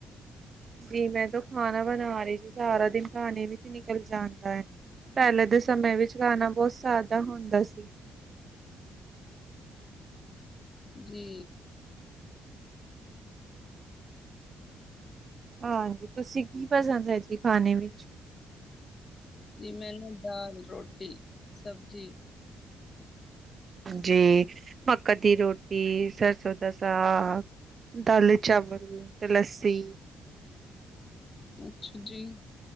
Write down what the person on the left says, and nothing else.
ਜੀ।
ਜੀ ਮੈਨੂੰ, ਦਾਲ, ਰੋਟੀ, ਸਬਜ਼ੀ।
ਅੱਛਾ ਜੀ।